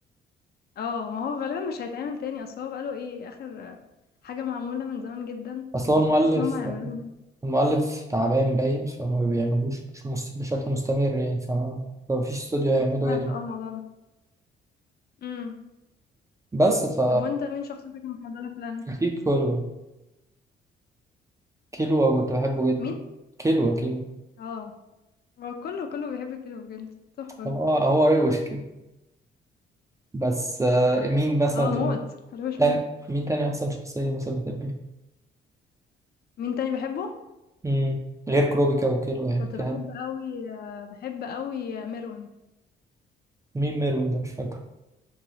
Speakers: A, on the left; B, on the right.
A: اه ما هو غالبا مش هيتعمل تاني اصل هو بقاله ايه اخر آه، حاجه معموله من زمان جدا
B: اصل
A: فما
B: هو
A: اعتقدش
B: المؤلف
A: ان هم هيعملوها
B: المؤلف تعبان باين فما بيعملوش مش مس- بشكل مستمر يعني ف- فمفيش استوديو هيعملوا
A: انا سمعت
B: انمي
A: اه الموضوع ده امم
B: بس ف
A: طب وانت مين شخصيتك المفضله في الانمي
B: أكيد كله كيلو كنت بحبه جدا
A: مين
B: كيلو كيلو
A: اه هو كله كله بيحب كيلو بجد تحفه
B: هو هو روش كده بس آه، مين مثلا
A: اه
B: تاني
A: موت مش
B: تاني-
A: موت
B: مين تاني أحسن شخصية مثلا بتحبيها؟
A: مين تاني بحبه
B: مم، غير كروبيكا وكيلو يعني
A: كنت
B: في
A: بحب
B: حد
A: قوي آه، بحب قوي آه، مروم
B: مين ميرون ده مش فاكره